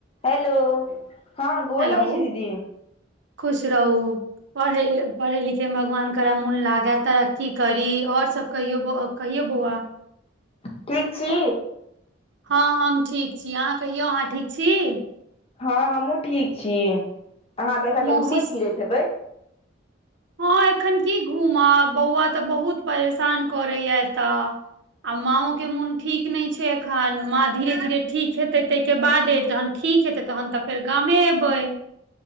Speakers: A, on the left (about 30°); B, on the right (about 65°).
A: hello हँ गोर
B: hello
A: लागै छै दीदी
B: खुश रहू पढ़ पढ़ै लिखयमे भगवान करय मोन लागए तरक्की करी आओर सब कहियो कहियो बौआ
A: ठीक छी
B: हँ हम ठीक छी अहाँ कहियौ अहाँ ठीक छी
A: हँ हमहुँ ठीक छी अहाँ तऽ एखन तऽ
B: मौसी
A: घूमैत फिरैत हेबै
B: हँ एखन की घूमब बौआ तऽ बहुत परेशान करैया एतऽ आ माँओ के मोन ठीक नहि छै एखन माँ धीरे धीरे ठीक हेतै ताहिके बादे जहन ठीक हेतै तहन तऽ फेर गामे एबै